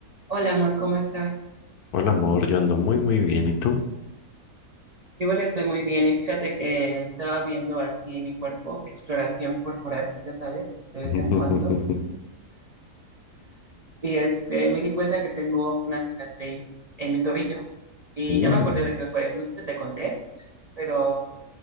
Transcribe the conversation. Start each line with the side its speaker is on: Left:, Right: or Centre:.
Right: Hola amor, ¿cómo estás?
Left: Hola amor, yo ando muy muy bien, ¿y tú?
Right: Yo igual estoy muy bien y fíjate que estaba viendo así mi cuerpo, exploración corporal, ya sabes, de vez
Left: <laughs>
Right: en cuando, y este, me di cuenta que tengo una cicatriz en mi tobillo y
Left: Mm,
Right: ya me acordé de qué fue, no sé si te conté, pero